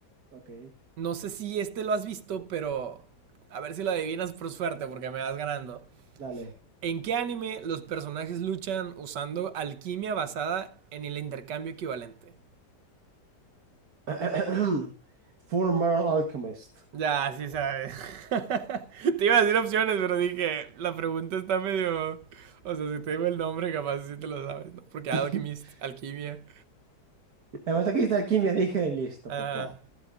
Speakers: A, on the right (about 60°); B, on the right (about 85°).
A: Ok,
B: No sé si este lo has visto, pero a ver si lo adivinas por suerte porque me vas ganando.
A: dale.
B: ¿En qué anime los personajes luchan usando alquimia basada en el intercambio equivalente?
A: <clears throat> Full Metal Alchemist.
B: Ya, sí sabes. <laughs> Te iba a decir opciones, pero dije, la pregunta está medio... O sea, si te digo el nombre, capaz sí te lo sabes, ¿no? Porque Alchemist,
A: <laughs>
B: alquimia.
A: En El momento que hice alquimia dije, listo,
B: Ah,
A: papá.